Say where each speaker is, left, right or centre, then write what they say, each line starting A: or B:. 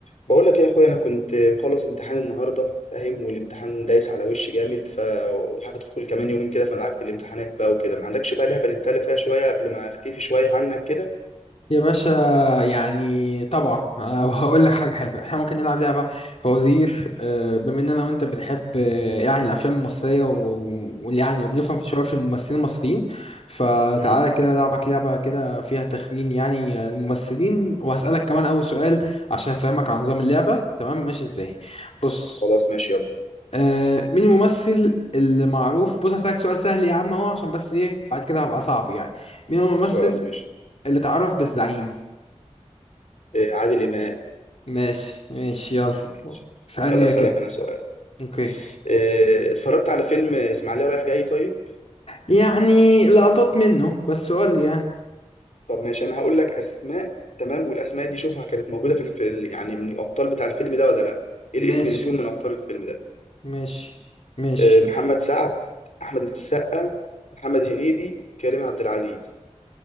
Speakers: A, on the left (about 80°); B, on the left (about 60°).
A: بقول لك ايه يا اخويا انا كنت مخلص امتحان النهارده فاهم والامتحان دايس على وشي جامد فهدخل كمان يومين كده فدعكت الامتحانات بقى وكده ما عندكش بقى لعبه نتسلى فيها شويه قبل ما اختفي شويه عنك كده
B: يا باشا يعني طبعا آه، <laughs> هقول لك حاجة حلوة احنا ممكن نلعب لعبة فوازير آه، بما اننا وانت بنحب آه، يعني الافلام المصرية و- ويعني وبنفهم شوية في الممثلين المصريين فتعالى
A: امم
B: كده لعبك لعبة كده فيها تخمين يعني الممثلين وهسألك كمان اول سؤال عشان افهمك عن نظام اللعبة تمام ماشي ازاي بص
A: خلاص ماشي يلا
B: آه، مين الممثل اللي معروف بص هسألك سؤال سهل يا عم اهو عشان بس ايه بعد كده هبقى صعب يعني مين هو الممثل
A: خلاص ماشي
B: اللي تعرف بالزعيم
A: إيه، عادل امام
B: ماشي ماشي يلا
A: ماشي
B: اسألني
A: يلا
B: يا
A: اسالك
B: كده
A: انا سؤال
B: اوكي
A: إيه، اتفرجت على فيلم اسماعيليه رايح جاي طيب
B: يعني لقطات منه بس قول لي يعني
A: طب ماشي انا هقول لك اسماء تمام والاسماء دي شوفها كانت موجوده في الفيلم يعني من الابطال بتاع الفيلم ده ولا لا ايه
B: ماشي
A: الاسم اللي فيهم من ابطال الفيلم ده
B: ماشي ماشي
A: آه، محمد سعد احمد السقا محمد هنيدي كريم عبد العزيز